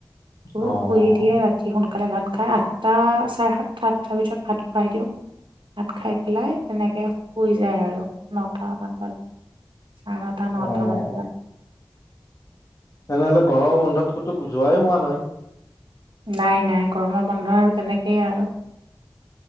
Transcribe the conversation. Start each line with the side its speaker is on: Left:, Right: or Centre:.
Right: শুই
Left: অ',
Right: শুই দিয়ে ৰাতি সোনকালে ভাত খাই আঠটা, চাৰে সাতটা, আঠটাৰ ভিতৰত ভাত খোৱাই দিওঁ। ভাত খাই পেলাই তেনেকে শুই যায় আৰু নটা মান বজাত। চাৰে নটা, নটা
Left: অ',
Right: মান বজাত।
Left: তেনেহ'লে ঘৰৰ বন্ধত ক'তো যোৱাই হোৱা নাই।
Right: নাই নাই গৰমৰ বন্ধ আৰু তেনেকেই আৰু।